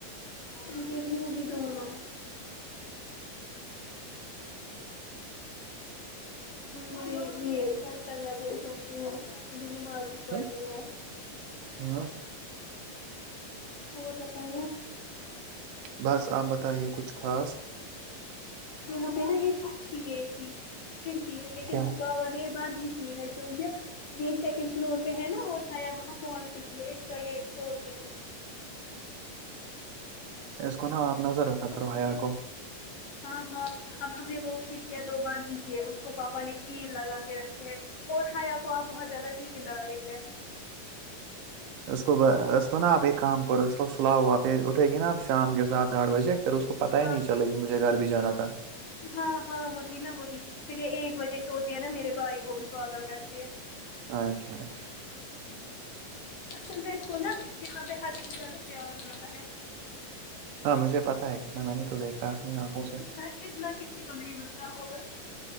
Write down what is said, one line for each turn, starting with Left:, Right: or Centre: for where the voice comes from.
Left: مجھے منہ بھی دھ ہونا ہے ہ یہ بھر کرل میں ب سوچ رہی ہوں مج ج نماز پڑھنی
Right: ہاں
Left: ہے
Right: ہاں،
Left: اور بتائیں آپ
Right: بس آپ بتائیے کچھ خاص
Left: یہاں پہ نا ایک اچھی یہ تھی کھڑکی لیکن
Right: کیا
Left: باوان یہ بند ہی ہی ہے کیونکہ یہ سیکنڈ فلور پہ ہے نا اور ہیا وہاں پہنچتی تھی یہ اس کا یہ کھولتی تھی
Right: اس کو نا آپ نظر رکھا
Left: اس
Right: کرو حیا
Left: کیا
Right: کو
Left: ہاں ہاں اب ہم نے وہ کھنکیا دو باند بھیھی کی ہے اس کو پاپا نے کیل لگا کے رکھے ہے اور ہایا کو آ بہت زیادہ نیند آ رہی ہے
Right: اس کو اس کو نا آپ ایک کام کرو اس کو سلاؤ ہوا پھر اٹھے گی نا آپ شام کے سات آٹھ بجے پھر اس کو پتا
Left: ہاں
Right: ہی نہیں چلے گی مجھے گھر بھی جانا تھا
Left: ہاں ہاں وہی نا وہی پھر یہ ایک بجے سوتی ہے نا میرے بھائی کو بھی پاگل کرتی ہے
Right: ہاں جی ہاں جی
Left: اصل میں اس کو نا یہاں پہ ہر چز زیادہ پیار بڑتا ہے
Right: ہاں مجھے پتاہ ہے کتنا میں نے تو دیکھا ہے اپنی آنکھوں سے
Left: اتنا اتنا کسی کو نہیں ملتا اور